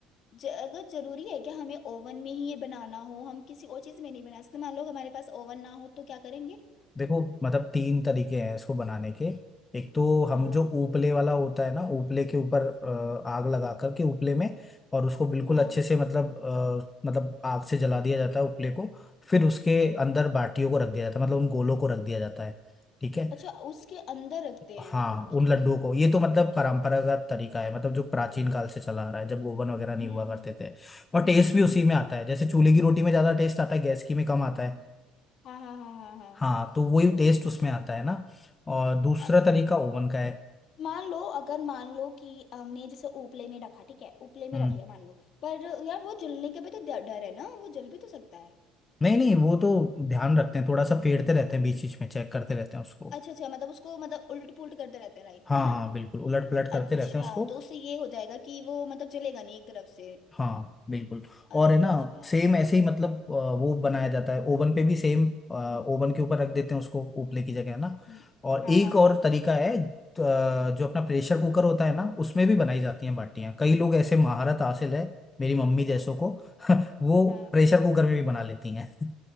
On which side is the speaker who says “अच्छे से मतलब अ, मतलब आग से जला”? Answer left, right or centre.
Left